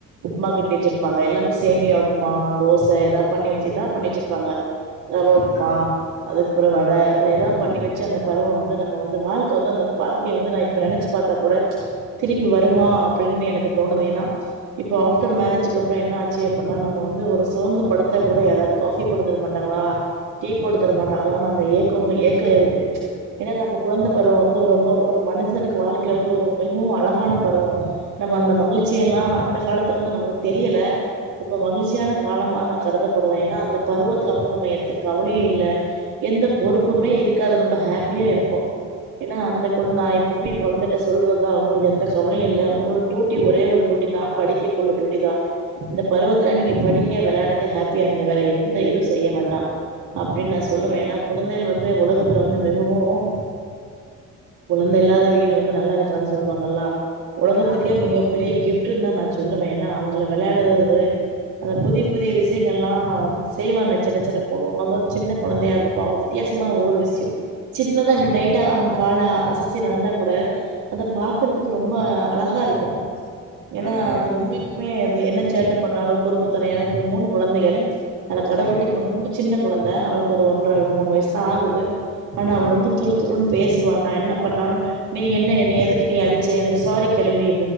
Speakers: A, on the right (about 75°); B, on the left (about 30°).
A: உப்பமா கிண்டி வச்சிருப்பாங்க எல்லாமே சேமியா உப்பமா தோசை ஏதா பண்ணி வச்சிதான் பண்ணி வச்சிருப்பாங்க ரவப்மா
B: ஆ
A: அதுக் புறவாட அத ஏதா பண்ணி வச்சு அந்த பருவம் வந்து நம்ம வந்து வாழ்க்கை வந்து அந்த வாழ்க்கைய வந்து நான் இப்ப நினைச்சு பாத்தா கூட ச் திருப்பி வருமா அப்டின்னு எனக்கு தோணுது ஏன்னா இப்போ ஆஃப்டர் மேரேஜக்கு அப்பறம் என்ன ஆச்சு அப்டின்னா நம்ம வந்து ஒரு சோந்து படுத்தா கூட யாராவது காஃபி போட்டு தர மாட்டாங்களா டீ போட்டு தர மாட்டாங்களான்னு அந்த ஏக்கங்கள் ஏக்கம் இருக்கு ஏன்னா நம்ம குழந்த பருவம் வந்து ரொம்ப ஒரு மனுஷனுக்கு வாழ்க்கையில வந்து ஒரு மிகவும் அழகான பருவம் நம்ம அந்த மகிழ்ச்சியெல்லாம் அந்த காலத்தில் வந்து நம்பளுக்கு தெரியல ரொம்ப மகிழ்ச்சியான காலமா நான கருதப்படுவேன் ஏன்னா அந்த பருவத்தில வந்து நம்ம எந்த கவலயும் இல்ல எந்த பொறுப்புமே இருக்காது ரொம்ப ஹாப்பியா இருப்போம் ஏன்னா அந்த குழ நான எப்வுமே என் குழந்தைட்ட சொல்றதான் அவங்களுக்கு எந்த கவலயும் இல்ல உங்களோட டியூட்டி ஒரே ஒரு டியூட்டி தான் படிக்க கெள்ள டூட்டி தான் இந்த பருவத்துல நீங்க படிங்க விளையாடுங்க ஹாப்பியா இருங்க வேற எந்த இதுவும் செய்ய வேண்டாம் அப்டின்னு நான சொல்லுவன்
B: ம்
A: ஏன்னா குந்தைள் வந் உலகத்துல வந்து மிகவும் குழந்தை இல்லாத வீடு வந்து நல்லா இருக்கிறான்னு சொல்லுவாங்கல்லா உலகத்துக்கே
B: ஆமா
A: மிகப்ப
B: ஆமா
A: பெரிய கிஃப்ட்ந்தான் நான் சொல்லுேவேன் ஏன்னா அவங்கள விளையாடுறது அத புதிய புதிய விஷயங்ககெல்லாம் செய்வாங்க சின்ன சின்ன போகும்போத சின்ன குழந்தையா இருப்போ அவங்க வித்தியாசமா ஒவ்வொரு விஷயம் சின்னதா இப்டி லைட்டா அவங்ஜகால அசச்சு நடந்தா கூட அத பாக்குறதுக்கு ரொம்ப அழகா இருக்கும்
B: ம்
A: ஏன்னா அது உண்மக்குமே அது என்ன சேட்டை பண்ணாலும் குறும்பத்தன எனக்கு மூணு குழந்தைகள் அல கடஊட்டி
B: ம்
A: பண்ணு ரது சின்ன குழந்தை அவளுக்கு ஒரு ஒன்றரை மூணு வயசுதான் ஆகுது ஆனா அவ
B: ஆ
A: ரொ துருத்துருன் பேஸ் என்ன பண்ணும் நீ என்ன என்னைய எதுக்கு நீ அடிச்ச எனக்கு சாரி கேள்வி